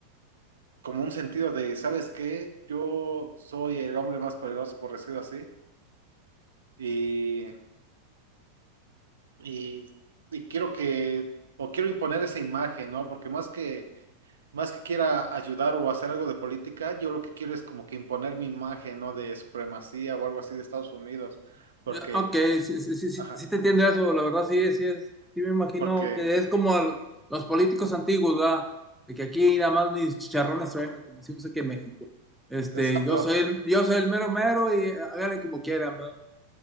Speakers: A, on the right (about 65°); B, in the centre.
A: como un sentido de, ¿sabes qué? Yo soy el hombre más poderoso, por decirlo así, y, y, y quiero que, o quiero imponer esa imagen, ¿no? Porque más que más que quiera ayudar o hacer algo de política, yo lo que quiero es como que imponer mi imagen, ¿no? De supremacía o algo así de Estados Unidos,
B: Ya,
A: porque,
B: Ok, sí, sí, sí, sí,
A: ajá,
B: sí te entiendo eso, la verdad sí, sí es, sí me imagino
A: porque,
B: que es como el- los políticos antiguos, ¿verdad? De que aquí nada más mis chicharrones suenan, como decimos aquí en México. Este,
A: exacto,
B: yo soy el, yo soy el mero mero y hágale como quieran, ¿verdad?